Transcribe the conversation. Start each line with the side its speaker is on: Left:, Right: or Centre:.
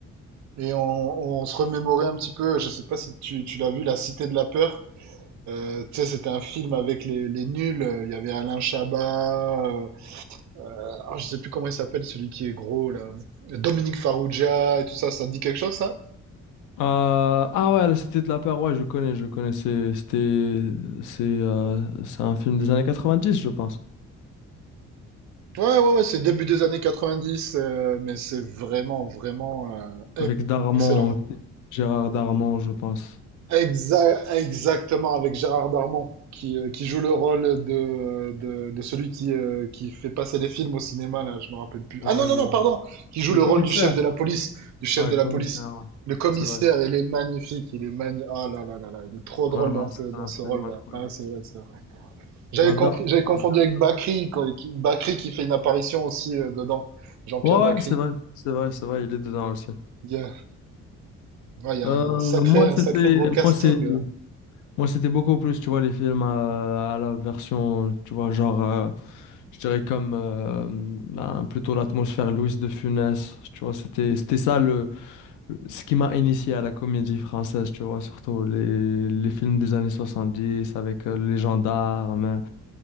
Right: et on, on se remémorait un petit peu, je sais pas si tu, tu l'as vu, La Cité de la Peur. Euh, tu sais, c'était un film avec les, les nuls. Il y avait Alain Chabat, euh, Euh, Ah, je sais plus comment il s'appelle, celui qui est gros, là. Dominique Farrugia et tout ça, ça te dit quelque chose, ça?
Left: Euh, ah ouais, la Cité de la Peur, ouais, je connais, je connais, c'est, c'était, c'est, euh, c'est un film des années 90 je pense.
Right: Ouais, ouais, ouais, c'est début des années 90, euh, mais c'est vraiment, vraiment
Left: Avec
Right: euh, e-
Left: Darman,
Right: excellent.
Left: aussi. Gérard Darman, je pense.
Right: Exa- exactement, avec Gérard Darmon, qui, euh, qui joue le rôle de, de, de celui qui, euh, qui fait passer les films au cinéma, là, je me rappelle plus.
Left: Ouais,
Right: Ah non,
Left: le,
Right: non, non, pardon, qui joue
Left: le
Right: le
Left: commissaire.
Right: rôle du chef de la police, du chef
Left: Ouais, le
Right: de
Left: commissaire,
Right: la police.
Left: ouais.
Right: Le commissaire,
Left: C'est vrai.
Right: il est magnifique, il est magnifique. Ah là là là là, il est trop
Left: Non,
Right: drôle
Left: non,
Right: dans ce,
Left: c'est
Right: dans
Left: un
Right: ce
Left: film
Right: rôle-là.
Left: incroyable.
Right: Ah, c'est vrai, c'est vrai. J'avais
Left: J'adore.
Right: conf- j'avais
Left: j'adore,
Right: confondu
Left: j'adore.
Right: avec Bakri, quoi, qui, Bakri qui fait une apparition aussi euh, dedans. Jean-Pierre
Left: Ouais,
Right: Bakri.
Left: ouais, c'est vrai. C'est vrai, c'est vrai, il est dedans aussi.
Right: Il y a, ouais, il y a
Left: Euh,
Right: un sacré,
Left: moi, c'était,
Right: un sacré gros casting.
Left: moi, c'est, moi, c'était beaucoup plus, tu vois, les films à, à la version, tu vois, genre, euh, je dirais comme euh, ben, plutôt l'atmosphère Louis de Funès. Tu vois, c'était, c'était ça le, ce qui m'a initié à la comédie française, tu vois, surtout les, les films des années 70 avec euh, les gendarmes,